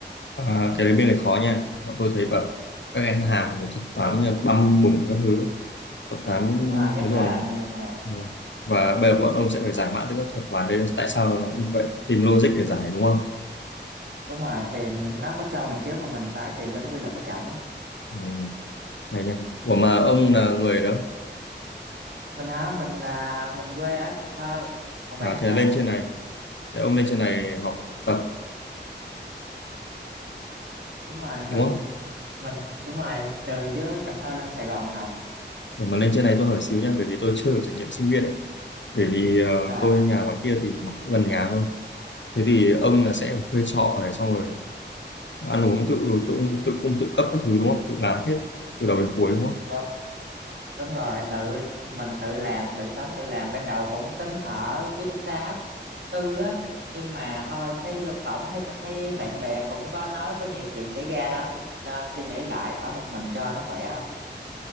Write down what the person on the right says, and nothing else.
đúng rồi rất
là
nhiều hàng
đúng rồi tìm nó có cho mình trước mà mình phải tìm ra cái quy luật cái trọng
mình hả mình là mình quê ở Cần Thơ còn bạn
thì sao
đúng rồi mình
mình đúng rồi từ dưới Cần Thơ lên Sài Gòn học
rồi
đú- đúng rồi tự mình tự làm tự sống tự làm ban đầu cũng tính ở ký túc xá tư á nhưng mà thôi thấy vô cổng thấy thấy bạn bè cũng có nói có nhiều chuyện xảy ra lắm nên suy nghĩ lại ở một mình cho nó khỏe không